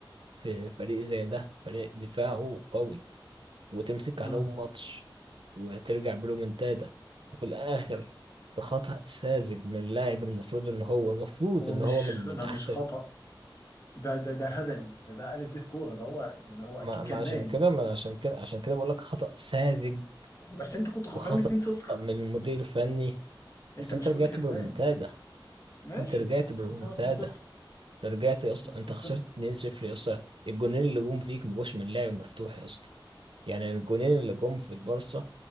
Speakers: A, on the right; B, on the left.
A: في فريق زي ده فريق دفاعه قوي وتمسك
B: مم.
A: عليهم ماتش وترجع برومنتادا وفي الاخر بخطأ ساذج من لاعب المفروض ان هو المفروض
B: هو
A: ان
B: مش
A: هو من من
B: ده
A: احسن
B: مش خطأ ده ده ده هبل ده ده ألف به كورة ده هو يعني هو أكيد
A: ما, ما
B: كان
A: عشان
B: نايم
A: كده ما أنا عشان كده عشان كده بقول لك خطأ ساذج
B: بس أنت كنت
A: وخطأ
B: خسران 2-0
A: من المدير الفني
B: أنت
A: بس
B: مش
A: انت رجعت
B: كنت كسبان
A: بريمونتادا
B: ماشي
A: انت رجعت
B: بس كنت
A: بريمونتادا
B: خسران 2-0
A: انت رجعت يا اسطى
B: كنت
A: انت
B: خسران
A: خسرت 2-0 يا اسطى الجونين اللي جم فيك ما جوش من لعب مفتوح يا اسطى يعني الجونين اللي جم في البارسا